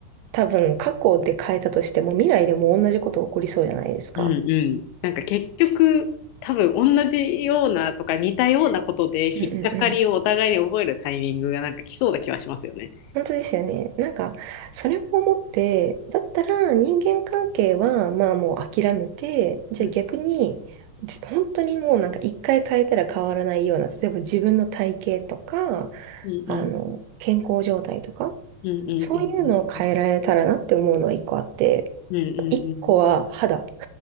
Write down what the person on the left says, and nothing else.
うんうん。なんか結局、多分同じようなとか似たようなことで引っかかりをお互いに覚えるタイミングがなんか来そうな気はしますよね。
うん
うんうん
うんうんうんうん
うんうんうん